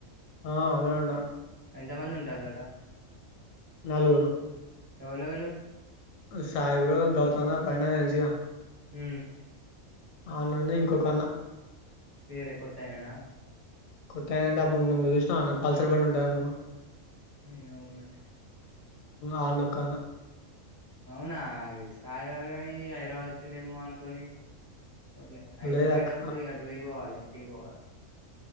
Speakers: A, on the left; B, on the right.
A: ఆ ఆన్లనే ఉంటాండు
B: ఎంతమంది ఉంటలట
A: నలుగురు
B: ఎవలవలు
A: సాయిబ్ర గౌతమ ప్రైణ తెలిసియా
B: హు
A: అనన్న ఇంకొక అన్న
B: వేరే కొత్తాయననా
A: కొత్త ఏంటంటే అప్పుడు నువ్వు చూసావు అ పల్సర్ బండి ఉంటాయి నాకు
B: ఏమో మరి
A: ఆ ఒకన్న
B: అవునా సాయిగారు కాని హైదరాబాద్ వచ్చిండేమో అనుకోని ట్లే అయితే
A: లేదు
B: పోయేటప్పుడు
A: అక్
B: అడవై పోవాలి ఇంటికి పోవాలి